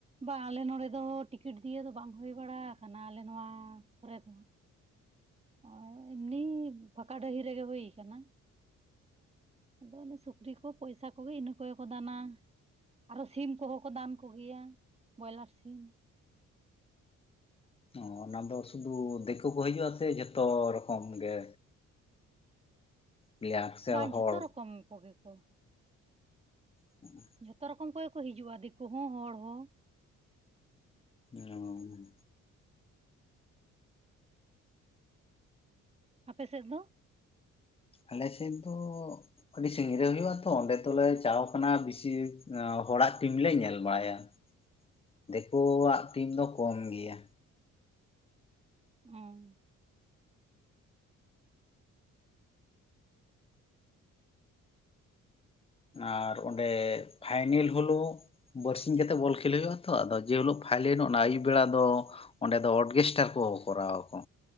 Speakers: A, on the right (about 20°); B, on the left (about 20°).
A: ᱵᱟᱝ ᱟᱞᱮ ᱱᱚᱲᱮ ᱫᱚ ᱴᱤᱠᱤᱴ ᱫᱤᱭᱮᱹ ᱫᱚ ᱵᱟᱝ ᱦᱳᱭ ᱵᱟᱲᱟ ᱟᱠᱟᱱᱟ ᱟᱞᱮ ᱱᱚᱣᱟ ᱠᱚᱨᱮ ᱫᱚ᱾ ᱚ ᱮᱢᱱᱤ ᱵᱷᱟᱠᱟ ᱰᱟᱹᱦᱤ ᱨᱮᱜᱮ ᱦᱳᱭ ᱠᱟᱱᱟ᱾ ᱟᱫᱚ ᱚᱱᱮ ᱥᱩᱠᱨᱤ ᱠᱚ ᱯᱚᱭᱥᱟ ᱠᱚᱜᱮ ᱤᱱᱟᱹ ᱠᱚᱜᱮ ᱠᱚ ᱫᱟᱱᱟ, ᱟᱨᱚᱦᱚ ᱥᱤᱢ ᱠᱚᱦᱚᱸ᱾ ᱠᱚ ᱫᱟᱢ ᱠᱚᱜᱮᱭᱟ ᱵᱚᱭᱞᱟᱨ ᱥᱤᱢ᱾
B: ᱚ, ᱚᱱᱟ ᱫᱚ ᱥᱩᱫᱩ ᱫᱮᱹᱠᱳ ᱠᱚ ᱦᱤᱡᱩᱜᱼᱟ ᱥᱮ ᱡᱷᱚᱛᱚ ᱨᱚᱠᱚᱢ ᱜᱮ? ᱯᱞᱮᱭᱟᱨ ᱥᱮ
A: ᱵᱟᱝ,
B: ᱦᱚᱲ
A: ᱡᱷᱚᱛᱚ ᱨᱚᱠᱚᱢ ᱠᱚᱜᱮ ᱠᱚ ᱾
B: ᱚᱸᱷ-ᱟᱸ ᱾
A: ᱡᱷᱚᱛᱚ ᱨᱚᱠᱚᱢ ᱠᱚᱜᱮ ᱠᱚ ᱦᱤᱡᱩᱜᱼᱟ ᱫᱮᱹᱠᱳ ᱦᱚᱸ ᱦᱚᱲ ᱦᱚᱸ᱾
B: ᱢᱮᱧᱚᱸᱻ ᱾
A: ᱟᱯᱮ ᱥᱮᱫ ᱫᱚᱦ?
B: ᱟᱞᱮ ᱥᱮᱫ ᱫᱚᱜ ᱟᱹᱰᱤ ᱥᱟᱺᱜᱤᱧ ᱨᱮ ᱦᱳᱭᱳᱜ-ᱟ ᱛᱚ ᱚᱸᱰᱮ ᱛᱚᱞᱮ ᱪᱟᱣ ᱠᱟᱱᱟ ᱵᱤᱥᱤ ᱮᱸ ᱦᱚᱲᱟᱜ ᱴᱤᱢ ᱞᱮ ᱧᱮᱞ ᱵᱟᱲᱟᱭᱟ᱾ ᱦᱮᱸᱦ, ᱫᱮᱹᱠᱳᱣᱟᱜ ᱴᱤᱢ ᱫᱚ ᱠᱚᱢ ᱜᱮᱭᱟ ᱾
A: ᱚᱸ ᱾
B: ᱟᱨ ᱚᱸᱰᱮ ᱯᱷᱟᱭᱱᱮᱹᱞ ᱦᱚᱞᱳᱜ ᱵᱟᱹᱨᱥᱤᱧ ᱠᱟᱛᱮᱜ ᱵᱚᱞ ᱠᱷᱮᱹᱞᱳ ᱦᱳᱭᱳᱜᱼᱟ ᱛᱚ ᱟᱫᱚ ᱡᱮ ᱦᱤᱞᱳᱜ ᱯᱷᱟᱭᱞᱮᱹᱱ ᱚᱱᱟ ᱟᱹᱭᱩᱵ ᱵᱮᱲᱟ ᱫᱚ ᱚᱸᱰᱮ ᱫᱚ ᱚᱰᱜᱮᱹᱥᱴᱟᱨ ᱠᱚ ᱠᱚᱨᱟᱣ ᱟᱠᱚ